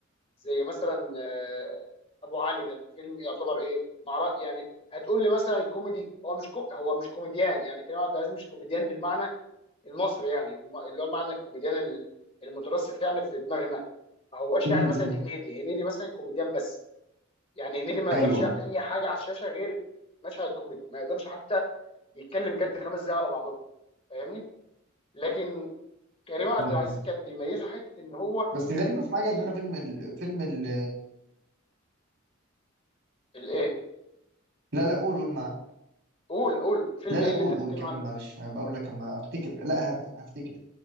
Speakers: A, on the left; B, on the right.
A: زي مثلا آه، ابو علي ده فيلم يعتبر ايه مع رأي يعني هتقول لي مثلا كوميدي هو مش كو هو مش كوميديان يعني كريم عبد العزيز مش كوميديان بالمعنى المصري يعني الم- اللي هو المعنى الكوميديان ال- المترسخ يعني في دماغنا ما هوش
B: امم
A: يعني مثلا هنيدي هنيدي مثلا كوميديان بس يعني هنيدي ما
B: ايوه
A: يقدرش يعمل اي حاجه على الشاشه غير مشهد كوميدي ما يقدرش حتى يتكلم جد خمس دقايق على بعضهم فاهمني لكن كريم عبد
B: مم.
A: العزيز كان بيميزه حته ان هو
B: بس غريبه في حاجه
A: آه،
B: ان انا فيلم ال... فيلم ال...
A: الايه
B: لا لا قول قول مع
A: قول قول فيلم
B: لا
A: ايه
B: لا
A: اللي
B: قول
A: انت بتتكلم
B: قول كمل
A: عنه
B: معلش هبقى اقول لك اما افتكر لا هفتكر